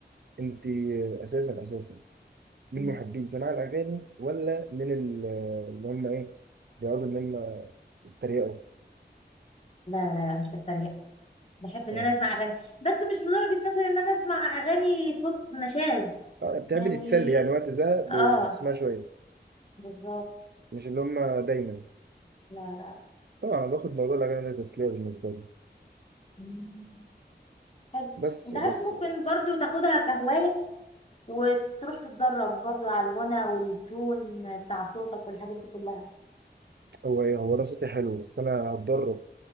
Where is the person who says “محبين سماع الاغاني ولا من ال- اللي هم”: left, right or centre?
Right